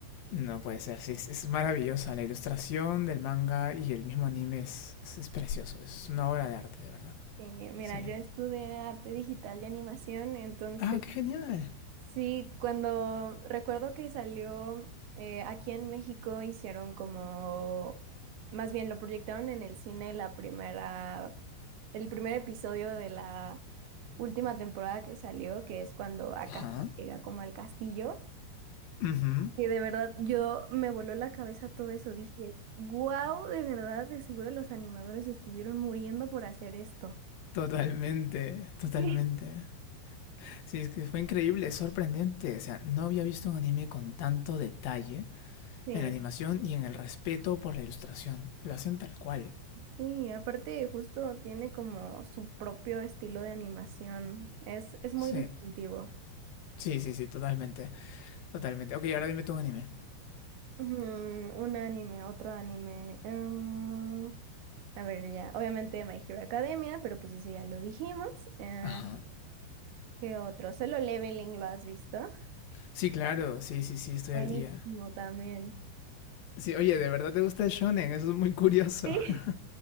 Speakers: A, on the left; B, on the right.
A: No puede ser, sí, es, es maravillosa. La ilustración del manga y el mismo anime es, es, es precioso. Es una obra de arte, de verdad.
B: Sí, mira,
A: Sí.
B: yo estudié arte digital y animación, entonces
A: Ah, qué genial.
B: Sí, cuando recuerdo que salió eh, aquí en México hicieron como, más bien lo proyectaron en el cine la primera, el primer episodio de la última temporada que salió, que es cuando acá
A: Ajá.
B: llega como al castillo,
A: Ujú.
B: que de verdad yo me voló la cabeza todo eso, dije, wow, de verdad, de seguro los animadores estuvieron muriendo por hacer esto.
A: Totalmente, totalmente.
B: Sí.
A: Sí, es que fue increíble, es sorprendente. O sea, no había visto un anime con tanto detalle
B: Sí.
A: en la animación y en el respeto por la ilustración. Lo hacen tal cual.
B: Sí, aparte justo tiene como su propio estilo de animación. Es, es muy
A: Sí,
B: distintivo.
A: sí, sí, sí, totalmente, totalmente. Ok, ahora dime tú un anime.
B: Ujú, un anime, otro anime. em, a ver, ya. Obviamente My Hero Academia, pero pues eso ya lo dijimos. Eh,
A: Ajá.
B: ¿qué otro? Solo Leveling, ¿lo has visto?
A: Sí, claro, sí, sí, sí, estoy
B: Buenísimo
A: al día.
B: también. <laughs>
A: Sí, oye, ¿de verdad te gusta el shonen? Eso es muy curioso.
B: Sí.
A: <laughs>